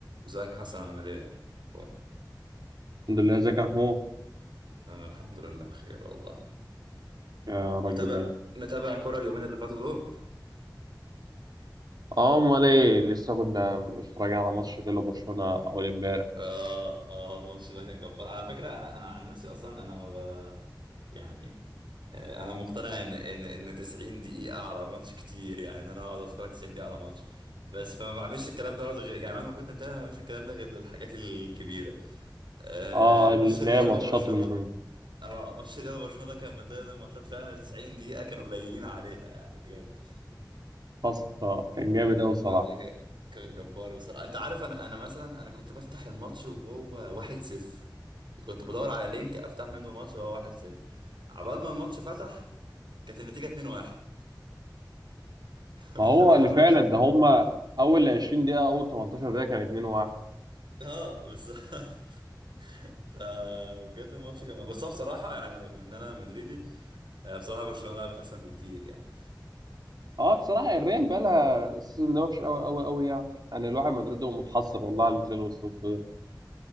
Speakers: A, on the right; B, on the right.
A: ازيك يا حسن عامل ايه؟ و-
B: الحمد لله ازيك يا محمود
A: انا الحمد لله بخير والله
B: يا رب
A: متابع
B: دايما
A: متابع كرة اليومين اللي فاتوا دول
B: اه امال ايه لسه كنا متفرجين على ماتش كده برشلونه اول امبارح
A: اه اه الماتش ده كان جبار على فكره انا انا عن نفسي اصلا انا ما ب... يعني آه، انا مقتنع ان ان ان 90 دقيقه على ماتش كتير يعني ان انا اقعد اتفرج 90 دقيقه على ماتش بس فما بعملش الكلام ده غير يعني مهما كنت متابع ما بعملش الكلام ده غير للحاجات الكبيره آه
B: اه
A: ماتش
B: اللي
A: ريال
B: هي ماتشات
A: وبرشلونه
B: المهمه
A: اه ماتش ريال وبرشلونه ده كان من ضمن الماتشات فعلا ال 90 دقيقه كانوا قليلين عليها يعني بجد
B: حصل آه، كان جامد قوي صراحه
A: الماتش كان كان جبار بصراحة انت عارف انا انا مثلا انا كنت بفتح الماتش وهو 1-0 كنت بدور على لينك افتح منه الماتش وهو 1-0 عبال ما الماتش فتح كانت النتيجة 2-1 <laughs>
B: ما هو اللي
A: عشان
B: فعلا ده هما اول 20 دقيقه اول 18 دقيقه كان 2-1
A: اه بالظبط <laughs> فبجد الماتش كان بس هو بصراحة يعني رغم ان انا مدريدي آه، بصراحة برشلونة لعبت احسن بكتير يعني
B: اه بصراحه الريال بقى لها السيزون ده وحش قوي قوي قوي يعني يعني الواحد مدريده متحسر والله على اللي وصلت له ده.